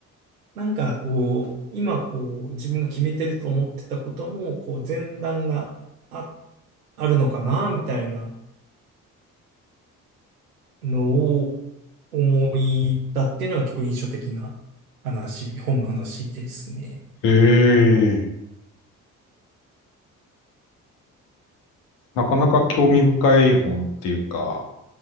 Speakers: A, on the right; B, on the left.
A: なんかこう今こう自分が決めてると思ってたこともこう前段があ、あるのかなみたいなのを思いたっていうのが結構印象的な話、本の話ですね。
B: ええ、なかなか興味深い本っていうか、